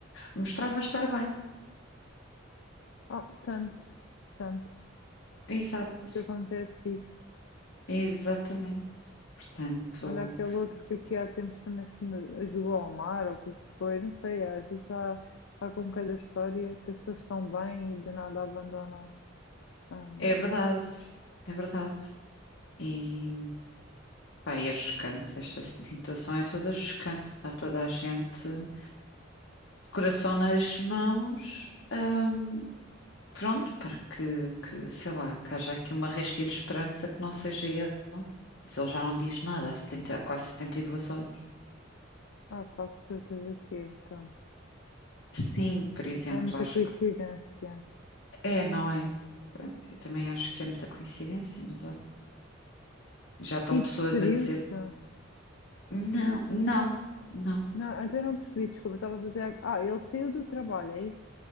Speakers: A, on the left (about 65°); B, on the left (about 80°).
A: mostrava estar bem.
B: oh, tanto, tanto
A: Exato,
B: que acontece isso.
A: exatamente. Portanto,
B: Olha aquele outro que aqui há tempos também se me jogou ao mar, ou o que é que foi, não sei, às vezes há, há com cada história que as pessoas estão bem e de nada abandonam. hum,
A: é verdade, é verdade. E pá, é chocante, esta situação é toda chocante, está toda a gente de coração nas mãos. hum, Pronto, para que, que, sei lá, que haja aqui uma réstia de esperança que não seja ele. Mas ele já não diz nada há, 70, há quase 72 horas.
B: há quase certeza que é, então.
A: Sim, por exemplo,
B: É muita
A: acho
B: coincidência.
A: que é, não é? Pronto, eu também acho que é muita coincidência, mas olha, já estão
B: E
A: pessoas
B: despediu-se?
A: a dizer: não, não, não.
B: Não, então eu não percebi, desculpa, estava a dizer. Ah, ele saiu do trabalho, é isso?